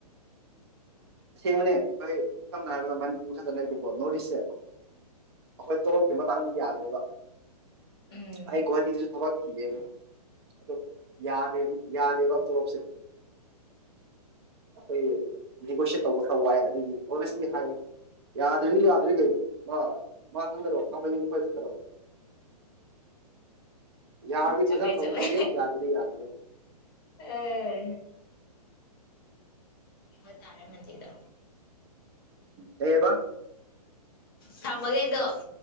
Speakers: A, on the right (about 40°); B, on the left (about 35°).
A: ꯑꯁꯦꯡꯕꯅꯦ ꯑꯩꯈꯣꯏ ꯁꯝꯅ ꯍꯥꯏꯔꯕꯗ ꯃꯅꯤꯄꯨꯔ ꯈꯛꯇꯅꯦꯕꯀꯣ ꯅꯣꯔꯠ ꯏꯁꯁꯦ ꯑꯩꯈꯣꯏ ꯇꯣꯂꯞꯀꯤ ꯃꯇꯥꯡꯅꯤ ꯌꯥꯗꯦꯕ
B: ꯎꯝ
A: ꯑꯩ ꯒꯣꯍꯇꯤꯗꯨꯁꯨ ꯊꯕꯛ ꯊꯤꯌꯦꯕ ꯑꯣ ꯌꯥꯗ ꯌꯥꯗꯦꯕ ꯇꯣꯂꯣꯞꯁꯦ ꯑꯩꯈꯣꯏꯦꯒꯣꯁꯤ ꯇꯧꯕ ꯈꯔ ꯋꯥꯏꯦ ꯑꯗꯨꯒꯤ ꯑꯣꯅꯦꯁꯂꯤ ꯍꯥꯏ ꯌꯥꯗ꯭ꯔꯗꯤ ꯌꯥꯗ꯭ꯔꯔꯤ ꯀꯩꯅꯣ ꯃꯥ ꯃꯥ ꯈꯪꯗꯔꯣ ꯀꯄꯣꯏ ꯌꯥꯔꯗꯤ
B: ꯆꯨꯞꯃꯦ
A: ꯐꯖꯅ
B: ꯆꯃꯦꯩ
A: ꯇꯧꯕꯤꯒꯦ ꯌꯥꯗ꯭ꯔꯗꯤ ꯌꯥꯗ꯭ꯔꯦ
B: ꯑ <unintelligible> ꯇꯥꯔꯃꯟꯗꯗ
A: ꯀꯩꯑꯕ
B: ꯊꯃꯒꯗꯨꯣ <unintelligible>